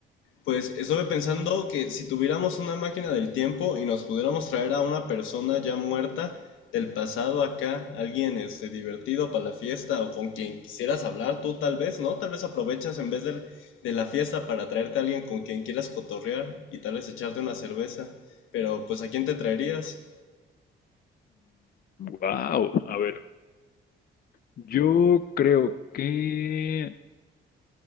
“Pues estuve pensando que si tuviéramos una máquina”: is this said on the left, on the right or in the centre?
Left